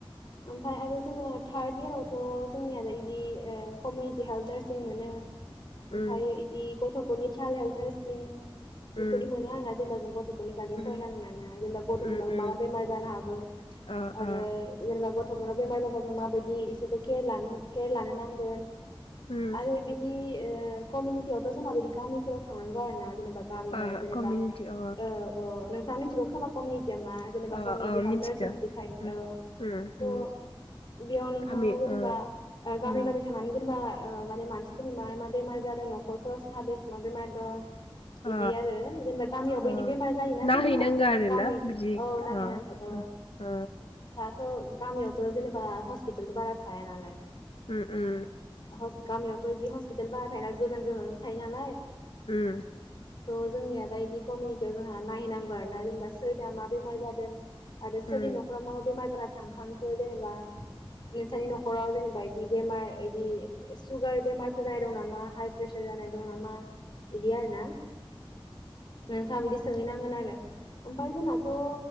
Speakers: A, on the left; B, on the left.
A: ओमफ्राय आरो जोङो थार्द इयारावथ' जोंनियालाय इदि ओ कमिउनिटि हेल्थ नार्सिं मोनो।
B: उम
A: ओमफ्राय इदि गथफोरनि चाइल्ड हेल्प नार्स <unintelligible> बेफोरदि
B: उम
A: मोनो आरोना जेनेबा जों गथ'फोरनि बागै
B: उम
A: फरायनांगोन ना ना जेनेबा गथ'फोरनाव
B: उम उम
A: मा मा बेमार जानो हागौ
B: अ
A: आरो
B: अ
A: जेनेबा गथ'फोरा बेमार जाबा जों माबायदि इसोरखौ केयार लानो केयार लानो नांगोन।
B: उम
A: आरो बिदि ओ कमिउनिटियावथ' जोंना बिदि गामि थानांगौ आरो ना। जेनेबा गामियाव
B: अ
A: जेनेबा
B: कमिउनिटि अ
A: ओ औ। <unintelligible> या मा जेनेबा
B: अ
A: कमिउनिथियाव
B: अ
A: हेल्थ
B: मिथिगो
A: नारसिं बिदि थायो
B: उम
A: औ
B: उम
A: थ'
B: उम
A: बेयाव नोंथाङा
B: गामि
A: जेनेबा
B: ओ
A: बा ओ गामि
B: उम
A: गामि थानानै जेनेबा ओ माने मानसिफोरनि मा मा बेमार जादों नख'रफोराव सा बेसेबां बेमार दं।
B: अ
A: इदि आरो जेनेबा गामियावबो
B: अ
A: इदि बेमार जायोना
B: नायहैनांगो
A: जोंनिया
B: आरो
A: गामि
B: ना बिदि
A: औ नायहैनांगौ
B: अ
A: औ
B: अ
A: दाथ' गामियावथ' जेनेब बा हस्पिटाल बारा थाया नालाय
B: उम उम
A: हस गामियावथ' इदि हस पिथाल बारा थायोनालाय गोजान गोजानो थायो नालाय।
B: उम
A: थ' जोंनिया दा इदि कमिउनिटियाव जोंहा नायहैनांगौ आर ना जेनेबा सोरनिया मा बेमार जादों। आरो सोरनि
B: उम
A: न'खराव मा मा बेमार जाना थांखांखो जेनेबा नोंसानि न'खर नखराव जेनेबा इदि बेमार इदि सुगार बेमारफोर जानाय दं नामा हाइ प्रेसार जानाय दं नामा इदि आरो ना नोंथाङा बिदि सोंहैनांगोन आरो। बाय जानाथ' ओ